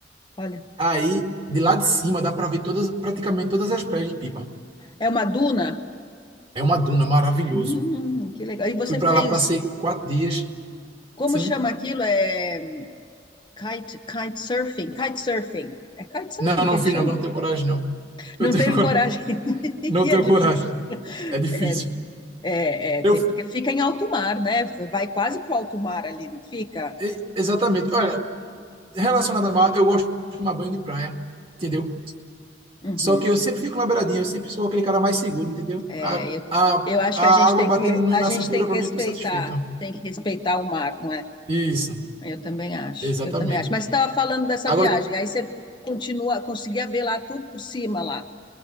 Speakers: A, on the left; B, on the right.
A: olha.
B: Aí, de lá de cima, dá para ver todas, praticamente todas as praias de Pipa.
A: É uma duna?
B: É uma duna, maravilhoso.
A: Hum, que legal. E você
B: Fui para
A: fez,
B: lá, passei quatro dias.
A: como
B: Sim.
A: chama aquilo? É kite, kite surfing, kite surfing. É kite surfing
B: Não, não
A: que a gente
B: fiz,
A: chama?
B: não, que eu não tenho coragem, não.
A: Não
B: Eu tenho
A: teve
B: coragem.
A: coragem. <laughs>
B: Não
A: E
B: tenho
A: é difícil.
B: coragem. É difícil.
A: É, é, é,
B: Eu,
A: tem, porque fica em alto mar, né? Vai quase pro alto mar ali, não fica?
B: e- exatamente. Olha, relacionado a mar, eu gosto de tomar banho de praia, entendeu?
A: Uhum.
B: Só que eu sempre fico na beiradinha, eu sempre sou aquele cara mais seguro, entendeu?
A: É,
B: A,
A: eu,
B: a,
A: eu acho
B: a
A: que a gente
B: água
A: tem
B: batendo
A: que, re-
B: no-
A: a
B: na
A: gente
B: cintura,
A: tem
B: para
A: que
B: mim,
A: respeitar,
B: eu tô satisfeito.
A: tem que respeitar o mar, não é?
B: Isso,
A: Eu também acho,
B: exatamente.
A: eu também acho. Mas você estava falando dessa
B: Agora,
A: viagem, aí você continua, conseguia ver lá tudo por cima lá.